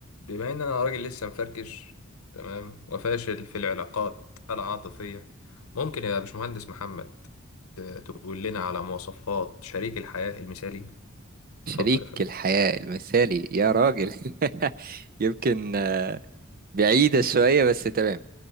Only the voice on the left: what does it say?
بما ان انا راجل لسه مفركش تمام وفاشل في العلاقات العاطفية ممكن يا باشمهندس محمد آه، تقول لنا على مواصفات شريك الحياة المثالي
اتفضل يا فندم